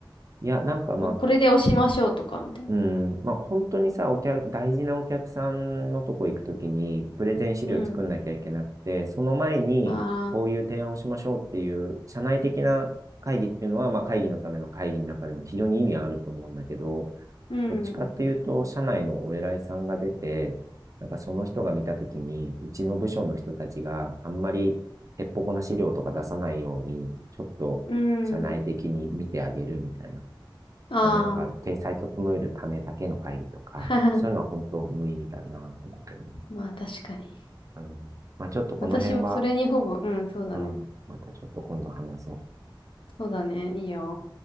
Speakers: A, on the right; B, on the left.
A: いや、なんかまあ
B: まあ、これで押しましょうとか、みたいな。
A: うん。まあ、本当にさ、お客、大事なお客さんのとこ行くときに、プレゼン資料作んなきゃいけなくて、
B: うん。
A: その前に、
B: ああ、
A: こういう提案をしましょうっていう、社内的な会議っていうのは、まあ、会議のための会議の中でも非常に意味はあると思うんだけど、
B: うん、
A: どっちかっていうと、社内のお偉いさんが出て、なんかその人が見たときに、うちの部署の人たちがあんまりへっぽこな資料とか出さないように、ちょっと社内的に見てあげるみたいな。
B: うん、あ
A: なんか、体裁整えるためだけの会議とか、
B: あ、
A: なんかそういうのは本当無意味だなと思うけどね。
B: <laughs> まあ確かに。
A: うん。まあちょっとこの辺は、
B: 私もそれにほぼ、うん、そうだね。
A: うん。またちょっと今度話そう。
B: そうだね、いいよ。